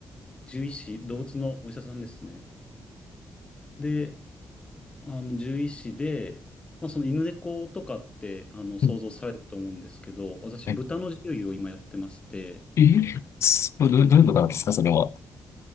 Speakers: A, on the left; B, on the left.
A: 獣医師、動物のお医者さんですね。で、あの、獣医師で、まあ、その犬猫とかって、あの、想像されると思うんですけど、
B: うん
A: 私、
B: はい
A: 豚の獣医を今やってまして、
B: えそうど、どういうことなんですか、それは。